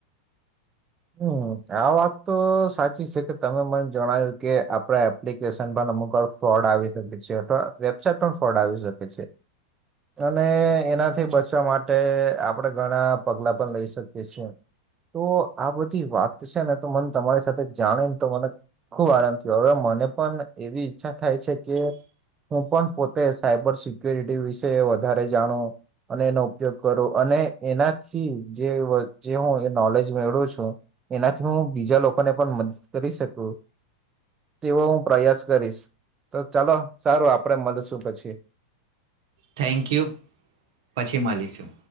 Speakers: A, on the right; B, on the right.
A: હમ આ વાત તો સાચી છે કે તમે મને જણાવ્યું કે આપડા એપ્લિકેશન પણ અમુક પર ફ્રોડ આવી શકે છે અથવા વેબસાઇટ પણ ફ્રોડ આવી શકે છે અને એનાથી બચવા માટે આપડે ઘણા પગલા પણ લઈ શકીએ છીએ તો આ બધી વાત છે ને તો મને તમારી સાથે જાણે ને તો મને ખુબ આનંદ થયો હવે મને પણ એવી ઈચ્છા થાય છે કે હું પણ પોતે સાયબર સિક્યોરિટી વિશે વધારે જાણુ અને એનો ઉપયોગ કરું અને એનાથી જે વ હું એ નોલેજ મેળવુ છું એનાથી હું બીજા લોકોને પણ મદદ કરી શકું તેવો હું પ્રયાસ કરીશ તો ચાલો સારું આપડે મળશું પછી.
B: Thank you. પછી મળલીશું.